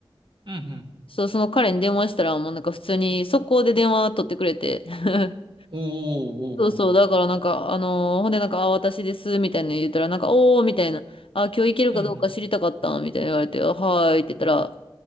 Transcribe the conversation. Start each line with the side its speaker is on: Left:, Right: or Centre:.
Right: うん。うん。
Left: そう、その彼に電話したら、もうなんか普通に速攻で電話取ってくれて。<laughs>
Right: おおおお。
Left: そうそう、だからなんか、あのーほんでなんか、あ、私です、みたいなの言ったら、なんか、おー、みたいな、あ、今日行けるかどうか知りたかった、
Right: うん。
Left: みたいな言われて、あはーいって言ったら、